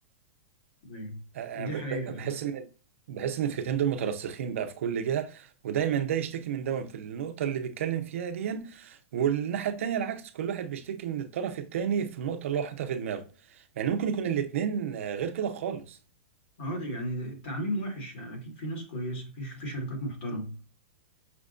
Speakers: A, on the left (about 45°); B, on the right (about 70°).
A: ايوه
B: آه،
A: دي
B: آه، ب-
A: حقيقة
B: ب-
A: فعلا
B: بحس ان بحس ان الفكرتين دول مترسخين بقى في كل جهه ودايما ده يشتكي من ده في النقطه اللي بيتكلم فيها دي والناحيه التانيه العكس كل واحد بيشتكي من الطرف التاني في النقطه اللي هو حاططها في دماغه يعني ممكن يكون الاتنين آه، غير كده خالص
A: اه ده يعني التعميم وحش يعني اكيد في ناس كويسه في في شركات محترمه